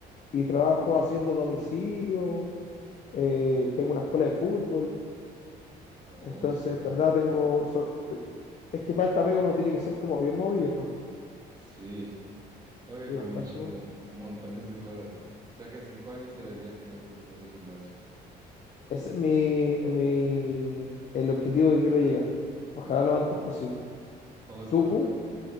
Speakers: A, on the left (about 45°); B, on the right (about 25°).
A: y trabajo haciendo domicilio, eh, tengo una escuela de fútbol.
B: Oh,
A: Entonces,
B: súper.
A: en verdad tengo... soy- es que para esta pega uno tiene que ser como bien movido.
B: Sí. Oye,
A: Y
B: pero
A: bastante
B: muchísimos,
A: movido.
B: montones de cosas. O sea que en cinco años te verías teniendo tu propio gimnasio.
A: Ese es mi, es mi- el objetivo que quiero llegar. Ojalá
B: Ah, qué-
A: lo antes posible.
B: <laughs> Oh, súper
A: ¿Tú?
B: bacano.